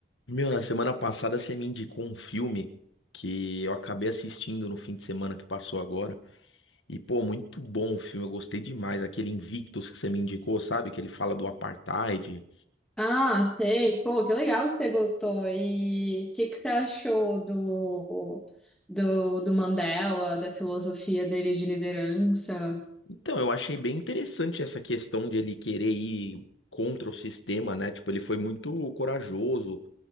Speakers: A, on the left; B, in the centre.
A: Meu, na semana passada você me indicou um filme que eu acabei assistindo no fim de semana que passou agora. E, pô, muito bom o filme, eu gostei demais. Aquele Invictus que você me indicou, sabe? Que ele fala do apartheid.
B: Ah, sei. Pô, que legal que você gostou. E o que que você achou do, do, do Mandela, da filosofia dele de liderança?
A: Então, eu achei bem interessante essa questão de ele querer ir contra o sistema, né? Tipo, ele foi muito corajoso.